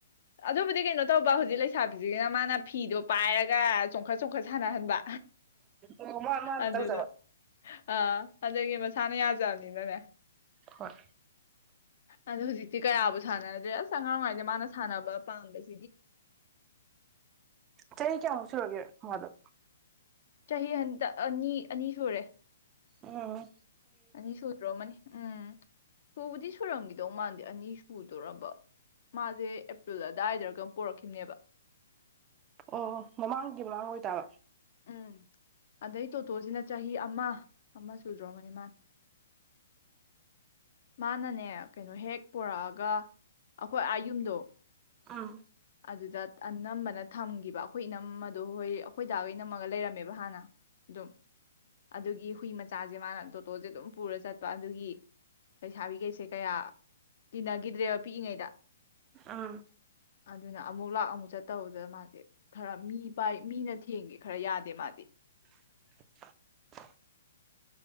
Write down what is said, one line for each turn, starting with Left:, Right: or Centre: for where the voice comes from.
Left: ꯑꯗꯨꯕꯨꯗꯤ ꯀꯩꯅꯣ ꯇꯧꯕ ꯍꯧꯖꯤꯛ ꯂꯩꯁꯥꯕꯤꯁꯤꯒꯤꯅ ꯃꯥꯅ ꯐꯤꯗꯣ ꯄꯥꯏꯔꯒ ꯆꯣꯡꯈꯠ ꯆꯣꯡꯈꯠ ꯁꯥꯟꯅꯍꯟꯕ
Right: ꯎꯝ ꯃꯥ ꯃꯥ
Left: ꯑꯗꯨꯗ
Right: ꯇꯧꯖꯕ
Left: ꯑꯥ ꯑꯗꯒꯤ ꯃꯁꯥꯅ ꯌꯥꯖꯕꯅꯤꯅꯅꯦ
Right: ꯍꯣꯏ
Left: ꯑꯗꯣ ꯍꯧꯖꯤꯛꯇꯤ ꯀꯌꯥꯕꯨ ꯁꯥꯟꯅꯗ꯭ꯔꯦ ꯑꯁ ꯑꯉꯥꯡ ꯑꯣꯏꯔꯤꯉꯩꯗ ꯃꯥꯅ ꯁꯥꯟꯅꯕ ꯄꯥꯝꯕꯁꯦ
Right: ꯆꯍꯤ ꯀꯌꯥꯃꯨꯛ ꯁꯨꯔꯒꯦ ꯍꯋꯥ ꯗꯣ
Left: ꯆꯍꯤ ꯍꯟꯗꯛ ꯑꯅꯤ ꯑꯅꯤ ꯁꯨꯔꯦ
Right: ꯑꯥ
Left: ꯑꯅꯤ ꯁꯨꯗ꯭ꯔꯣꯃꯅꯤ ꯎꯝ ꯁꯨꯕꯗꯤ ꯁꯨꯔꯝꯈꯤꯗꯧ ꯃꯥꯟꯗꯦ ꯑꯅꯤ ꯁꯨꯗꯧꯔꯕ ꯃꯥꯁꯦ ꯑꯦꯄ꯭ꯔꯤꯜ ꯑꯗꯥꯏꯗꯔ ꯀꯩꯅꯣꯝ ꯄꯣꯔꯛꯈꯤꯕꯅꯦꯕ
Right: ꯑꯣꯑꯣ ꯃꯃꯥꯡꯒꯤ ꯋꯥ ꯑꯣꯏꯇꯥꯕ
Left: ꯎꯝ ꯑꯗꯩ ꯇꯣꯇꯣꯁꯤꯅ ꯆꯍꯤ ꯑꯃ ꯑꯃ ꯁꯨꯗ꯭ꯔꯣꯔꯃꯅꯤ ꯃꯅꯥ ꯃꯥꯅꯅꯦ ꯀꯩꯅꯣ ꯍꯦꯛ ꯄꯨꯔꯛꯑꯒ ꯑꯈꯣꯏ ꯑꯥ ꯌꯨꯝꯗꯣ
Right: ꯑꯥ
Left: ꯑꯗꯨꯗ ꯑꯅꯝꯕꯅ ꯊꯝꯒꯤꯕ ꯑꯈꯣꯏ ꯏꯅꯝꯃꯗꯣ ꯍꯣꯏ ꯑꯈꯣꯏꯗꯥꯒ ꯏꯅꯝꯃꯒ ꯂꯩꯔꯝꯃꯦꯕ ꯍꯥꯟꯅ ꯑꯗꯨꯝ ꯑꯗꯨꯒꯤ ꯍꯨꯏ ꯃꯆꯥꯁꯦ ꯃꯥꯅ ꯇꯣꯇꯣꯁꯦ ꯑꯗꯨꯝ ꯄꯨꯔ ꯆꯠꯄ ꯑꯗꯨꯒꯤ ꯂꯩꯁꯕꯤꯈꯩꯁꯦ ꯀꯌꯥ ꯇꯤꯟꯅꯒꯤꯗ꯭ꯔꯦꯕ ꯄꯤꯛꯏꯉꯩꯗ
Right: ꯑꯥ
Left: ꯑꯗꯨꯅ ꯑꯃꯨꯛ ꯂꯥꯛ ꯑꯃꯨꯛ ꯆꯠꯇꯧꯕꯗ ꯃꯥꯁꯦ ꯈꯔ ꯃꯤ ꯄꯥꯏ ꯃꯤꯅ ꯊꯦꯡꯒꯦ ꯈꯔ ꯌꯥꯗꯦ ꯃꯥꯗꯤ
Right: <inaudible>